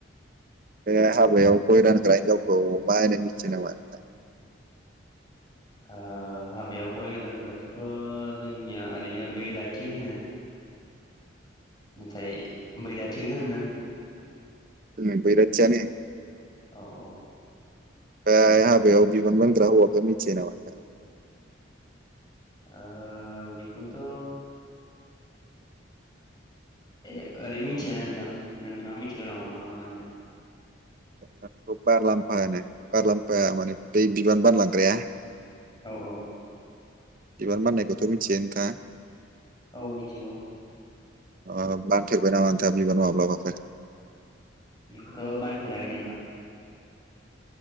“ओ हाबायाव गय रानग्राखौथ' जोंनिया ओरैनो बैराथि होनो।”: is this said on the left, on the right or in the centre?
Left